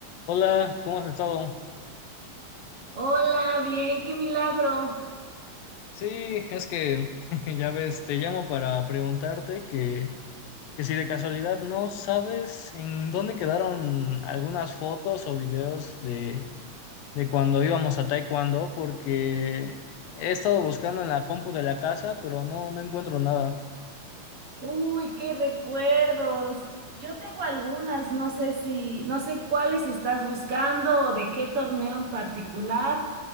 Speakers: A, on the left (about 80°); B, on the right (about 55°).
A: Hola, ¿cómo has estado?
B: Hola, bien, qué milagro.
A: Sí, es que <laughs> ya ves, te llamo para preguntarte que, que si de casualidad no sabes en dónde quedaron algunas fotos o videos de, de cuando íbamos a Taekwondo, porque he estado buscando en la compu de la casa, pero no, no encuentro nada.
B: Uy, qué recuerdos. Yo tengo algunas, no sé si, no sé cuáles estás buscando o de qué torneo en particular.